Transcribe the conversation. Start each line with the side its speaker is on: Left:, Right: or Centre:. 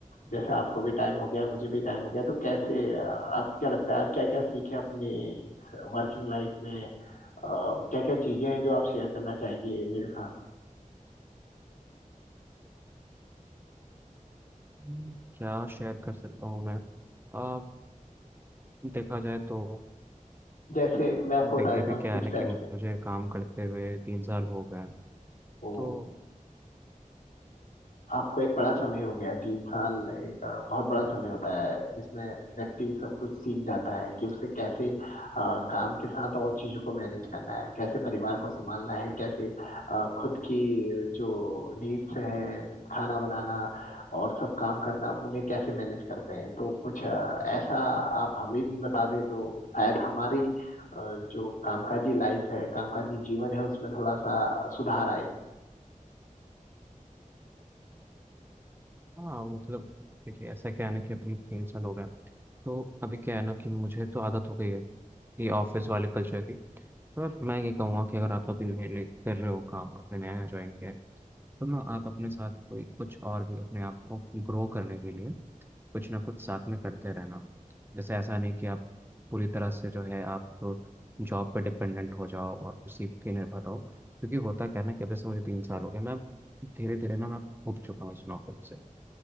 Left: जैसे आपको भी टाइम हो गया है मुझे भी टाइम हो गया है, तो कैसे आ, आपको क्या लगता है आप क्या क्या सीखे अपने वर्किंग लाइफ में क्या क्या चीजें हैं जो आप शेयर करना चाहेंगे मेरे साथ
Right: हम्म, क्या शेयर कर सकता हूँ मैं आ, देखा जाए तो
Left: जैसे मैं आपको
Right: देखिए
Left: बता देता
Right: अभी
Left: हूँ
Right: क्या
Left: किस
Right: है ना
Left: टाइप
Right: कि मुझे काम करते हुए तीन साल हो गए हैं।
Left: से
Right: तो
Left: आपको एक बड़ा समय हो गया तीन साल एक अ, बहुत बड़ा समय होता है जिसमें व्यक्ति सब कुछ सीख जाता है कि उसे कैसे अ, काम के साथ और चीजों को मैनेज करना है कैसे परिवार को संभालना है कैसे अ, खुद की जो नीड्स हैं खाना बनाना और सब काम करना उन्हें कैसे मैनेज करते हैं तो कुछ अ, ऐसा आप हमें भी बता दें तो शायद हमारी अ, जो कामकाजी लाइफ है कामकाजी जीवन है उसमें थोड़ा सा सुधार आए
Right: हाँ मतलब देखिए ऐसा क्या है ना कि अभी तीन साल हो गए हैं। तो अभी क्या है ना कि मुझे तो आदत हो गई है ये ऑफिस वाले कल्चर की पर मैं ये कहूँगा कि अगर आप अभी नए नए कर रहे हो काम अपने नया ज्वाइन किया है तो ना आप अपने साथ कोई कुछ और भी अपने आप को ग्रो करने के लिए कुछ ना कुछ साथ में करते रहना जैसे ऐसा नहीं कि आप पूरी तरह से जो है आप तो जॉब पे डिपेंडेंट हो जाओ और उसी पे निर्भर रहो क्योंकि होता क्या है ना कि अब जैसे मुझे तीन साल हो गए मैं धीरे धीरे ना मैं उब चुका हूँ इस नौकरी से